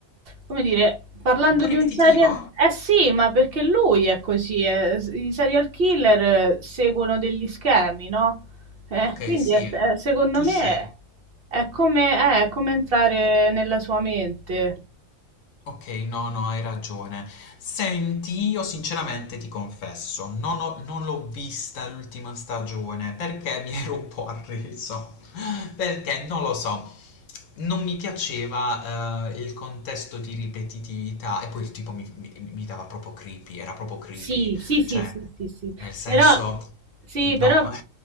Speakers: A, on the right; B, on the left.
A: come dire, parlando
B: Un po' ripetitivo?
A: di un seria eh sì, ma perché lui è così, eh, s- i serial killer eh, seguono degli schemi, no, eh,
B: Ok,
A: quindi
B: sì,
A: è s è secondo
B: touché.
A: me è come eh, è come entrare nella sua mente.
B: Okay, no, no, hai ragione. Senti, io sinceramente ti confesso, non ho non l'ho vista l'ultima stagione perché mi <laughs> ero un po' arreso, <laughs> perché non lo so, non mi piaceva, ehm, il contesto di ripetitività e poi il tipo mi mi mi dava proprio creepy, era proprio creepy,
A: Sì, sì, sì,
B: cioè
A: sì, sì, sì.
B: nel senso
A: Però, sì,
B: no,
A: però,
B: <laughs>